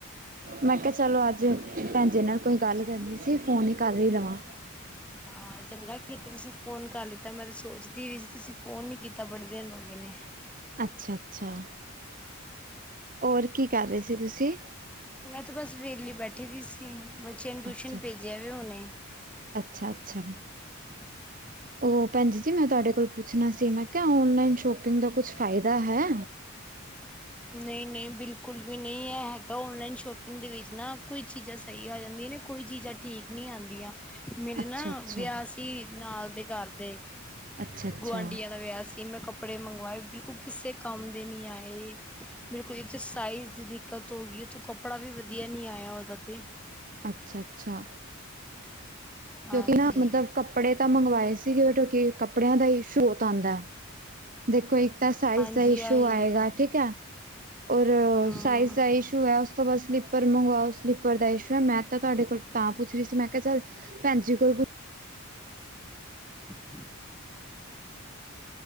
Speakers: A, on the right; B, in the centre.
A: ਮੈਂ ਕੇਆ ਚਲੋ ਅੱਜ ਭੈਣ ਜੀ ਨਾਲ ਵੀ ਕੋਈ ਗੱਲ ਕਰਨੀ ਸੀ, ਫੋਨ ਵੀ ਕਰ ਈ ਲਵਾਂ।
B: ਹਾਂ ਚੰਗਾ ਕੀਤਾ ਤੁਸੀਂ ਫੋਨ ਕਰ ਲਿੱਤਾ। ਮੈਂ ਤੇ ਸੋਚਦੀ ਵੀ ਸੀ ਤੁਸੀਂ ਫੋਨ ਨੀ ਕੀਤਾ ਬੜੇ ਦਿਨ ਹੋ ਗਏ ਨੇ।
A: ਅੱਛਾ-ਅੱਛਾ, ਔਰ ਕੀ ਕਰ ਰੇਸੀ ਤੁਸੀਂ?
B: ਮੈਂ ਤੇ ਬਸ ਵੇਹਲੀ ਬੈਠੀ ਵੀ ਸੀ, ਬੱਚਿਆਂ ਨੂੰ ਟਿਊਸ਼ਨ
A: ਅੱਛਾ,
B: ਭੇਜਿਆ ਏ ਹੁਨੇ।
A: ਅੱਛਾ-ਅੱਛਾ।
B: <inaudible>
A: ਓ ਭੈਣਜੀ ਜੀ, ਮੈਂ ਤੁਆਡੇ ਕੋਲ ਪੁੱਛਣਾ ਸੀ ਮੈਂ ਕੇਆ ਔਨਲਾਈਨ ਸ਼ੋਪਿੰਗ ਦਾ ਕੁਛ ਫਾਇਦਾ ਹੈ?
B: ਨਈਂ-ਨਈਂ ਬਿਲਕੁਲ ਵੀ ਨਈਂ ਐ ਹੈਗਾ, ਓਨਲਾਈਨ ਸ਼ੋਪਿੰਗ ਦੇ ਵਿੱਚ ਨਾ ਕੋਈ ਚੀਜ਼ਾਂ ਸਈ ਆ ਜਾਦੀਆਂ ਨੇ ਕੋਈ ਚੀਜਾਂ ਠੀਕ ਨੀ ਆਂਦੀਆਂ। ਮੇਰੇ
A: ਅੱਛਾ-ਅੱਛਾ,
B: ਨਾ ਵਿਯਾ ਸੀ ਨਾਲ ਦੇ ਘਰ ਦੇ
A: ਅੱਛਾ-ਅੱਛਾ
B: ਗੁਆਂਢੀਆਂ ਦਾ ਵਿਯਾ ਸੀ, ਮੈਂ ਕੱਪੜੇ ਮੰਗਵਾਏ ਬਿਲਕੁਲ ਕਿਸੇ ਕੰਮ ਦੇ ਨੀ ਆਏ। ਮੇਰੇ ਕੋਲ ਇੱਕ ਤੇ ਸਾਈਜ ਦੀ ਦਿੱਕਤ ਹੋ ਗਈ, ਤੋਂ ਕੱਪੜਾ ਵੀ ਵਧੀਆ ਨੀਂ ਆਯਾ ਓਦਾ ਤੇ।
A: ਅੱਛਾ-ਅੱਛਾ।
B: ਹਾਂਜੀ
A: ਕਿਉਂਕਿ ਨਾ ਮਤਲਬ ਕੱਪੜੇ ਤਾਂ ਮੰਗਵਾਏ ਸੀਗੇ ਕਿ ਕੱਪੜਿਆਂ ਦਾ ਈਸ਼ੂ ਬੋਤ ਆਂਦੈ। ਦੇਖੋ, ਇੱਕ ਤਾਂ ਸਾਈਜ
B: ਹਾਂਜੀ
A: ਦਾ ਈਸ਼ੂ
B: ਆਹੀ
A: ਆਏਗਾ
B: ਹੈ
A: ਠੀਕੈ। ਔਰ
B: ਹੂੰ
A: ਸਾਈਜ ਦਾ ਈਸ਼ੂ ਐ ਉਸ ਤੋਂ ਬਾਅਦ ਸਲੀਪਰ ਮੰਗਵਾਓ ਸਲੀਪਰ ਦਾ ਈਸ਼ੂ ਐ, ਮੈਂ ਤਾਂ ਤੁਆਡੇ ਕੋਲ ਤਾਂ ਪੁੱਛ ਰੀ ਸੀ ਮੈਂ ਕੇਆ ਚੱਲ ਭੈਣਜੀ ਕੋਲ ਪੁਛ
B: <inaudible>